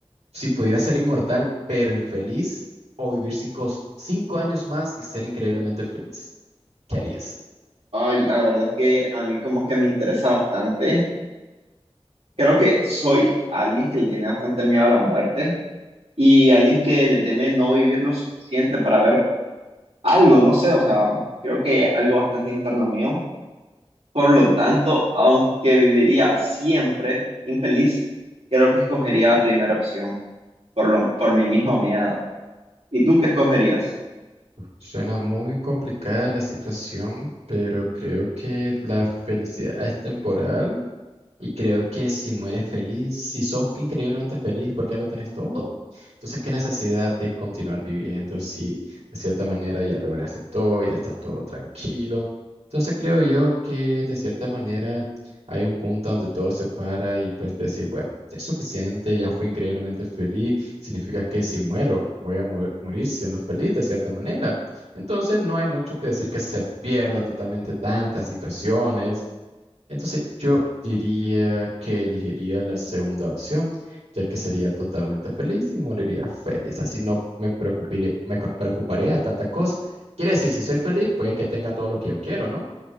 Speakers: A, on the right; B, on the right.
A: si pudiera ser inmortal pero infeliz o vivir cinco, cinco años más y ser increíblemente feliz. ¿Qué harías?
B: Ay, la verdad es que a mí como que me interesa bastante. Creo que soy alguien que le tiene bastante miedo a la muerte y alguien que le teme no vivir lo suficiente para ver algo, no sé, o sea, creo que algo bastante interno mío. Por lo tanto, aunque viviría siempre infeliz, creo que escogería la primera opción por lo, por mi mismo miedo. ¿Y tú qué escogerías?
A: Suena muy complicada la situación, pero creo que la felicidad es temporal. Y creo que si mueres feliz, si sos increíblemente feliz, porque ya lo tenés todo. Entonces, ¿qué necesidad de continuar viviendo si de cierta manera ya lograste todo, ya estás todo tranquilo? Entonces, creo yo que de cierta manera hay un punto donde todo se para y pues decir, bueno, es suficiente, ya fui increíblemente feliz, significa que si muero, voy a mo- morir siendo feliz de cierta manera. Entonces, no hay mucho que decir que se pierda totalmente tantas situaciones entonces, yo diría que elegiría la segunda opción, ya que sería totalmente feliz y moriría feliz. Así no me preocuparé, me co- preocuparía de tantas cosas. Quiere decir, si soy feliz, puede que tenga todo lo que yo quiero, ¿no?